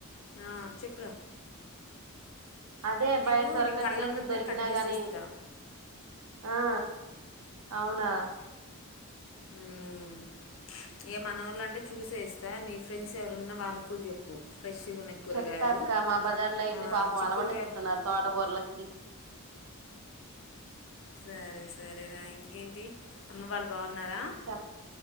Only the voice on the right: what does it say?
అదే
బయట దొరకట్లేదు
దొరికినా
గానీ
ఆ అవునా
చెప్తా అక్క మా బజార్ లో అయితే
పాపం
అలమటిస్తున్నారు తోటకూరలకి
చెప్